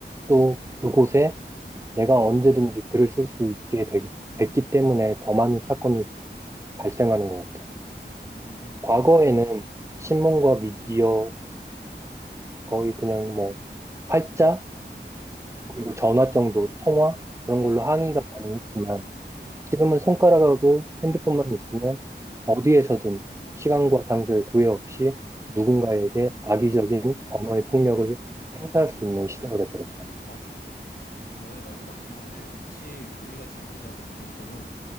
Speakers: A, on the right; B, on the left.
A: 또 그곳에 내가 언제든지 글을 쓸 수 있게 되기- 됐기 때문에 더 많은 사건이 발생하는 것 같아.
B: 음,
A: 과거에는 신문과 미디어가 거의 그냥 뭐 활자, 그리고 전화 정도 통화 그런 걸로 항의가 가능했지만 지금은 손가락하고 핸드폰만 있으면 어디에서든 시간과 장소의 구애 없이 누군가에게 악의적인 언어의 폭력을 행사할 수 있는 시대가 돼버렸잖아.
B: 맞아. 너의 말도 맞긴 한데 사실 우리가 지금 얘기하고 있는 익명성은